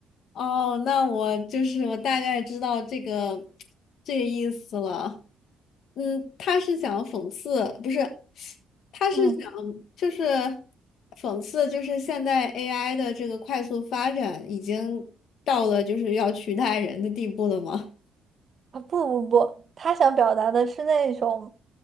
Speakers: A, on the left (about 70°); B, on the right (about 40°).
A: 哦，那我就是我大概知道这个这个意思了。嗯，他是想讽刺，不是，
B: <laughs>
A: 他是想
B: 嗯，
A: 就是讽刺，就是现代 AI 的这个快速发展已经到了就是要取代人的地步了吗？
B: 啊不不不，他想表达的是那种